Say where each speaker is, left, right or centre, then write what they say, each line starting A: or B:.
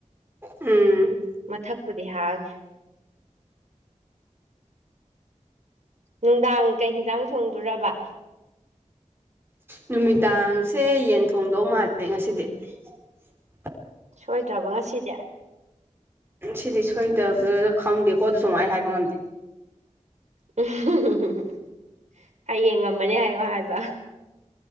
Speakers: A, on the right; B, on the right.
A: ꯎꯝ
B: ꯃꯊꯛꯄꯨꯗꯤ ꯍꯥꯡꯉꯦ ꯅꯨꯡꯗꯥꯡ ꯀꯩ ꯍꯦꯟꯖꯥꯡ ꯊꯣꯡꯗꯔꯕ
A: ꯅꯨꯃꯤꯗꯥꯡꯁꯦ ꯌꯦꯟ ꯊꯣꯡꯗꯧ ꯃꯥꯜꯂꯦ ꯉꯁꯤꯗꯤ <unintelligible>
B: ꯁꯣꯏꯗ꯭ꯔꯕ ꯉꯁꯤꯗꯤ
A: ꯁꯤꯗꯤ ꯁꯣꯏꯗꯕꯅ ꯈꯪꯗꯦꯀꯣ ꯑꯗꯨꯁꯨ ꯑꯩ ꯍꯥꯏꯕ ꯉꯝꯗꯦ
B: ꯎꯝ ꯍꯌꯦꯡ ꯉꯝꯃꯅꯦ ꯍꯥꯏꯌꯣ ꯍꯥꯏꯕ